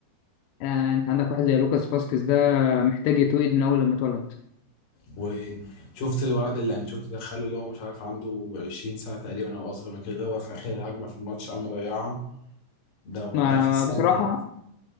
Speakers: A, on the left; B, on the left.
A: آه انت عندك واحد زي لوكاس فاسكيز ده محتاج يتوقد من اول لما اتولد
B: وشفت الولد اللي انشيلوتي دخله اللي هو مش عارف عنده 20 سنه تقريبا او اصغر من كده اللي هو في اخر الهجمه في الماتش قام ضيعها ده وداها
A: ما
B: في
A: ما
B: السما
A: بصراحه
B: طبعا